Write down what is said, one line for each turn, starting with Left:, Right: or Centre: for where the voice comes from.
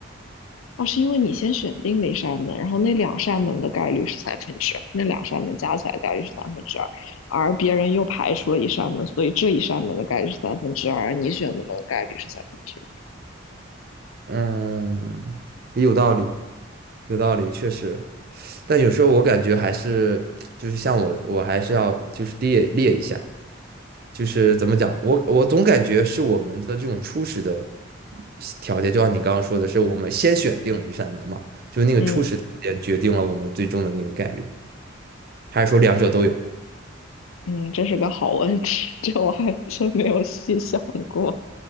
Left: 哦，是因为你先选定了一扇门，然后那两扇门的概率是三分之那两扇门加起来的概率是三分之二，而别人又排除了一扇门，所以这一扇门的概率是三分之二，而你选的门的概率是三分之一。
Right: 嗯，有道理，有道理，确实。但有时候我感觉还是，就是像我，我还是要就是列列一下，就是怎么讲，我我总感觉是我们的这种初始的条件，就像你刚刚说的是，我们先选定了一扇门嘛，就是那个初始条件决定了我们最终的那个概率，
Left: 嗯。
Right: 还是说两者都有？
Left: 嗯，这是个好问题，<laughs> 这我还真没有细想过。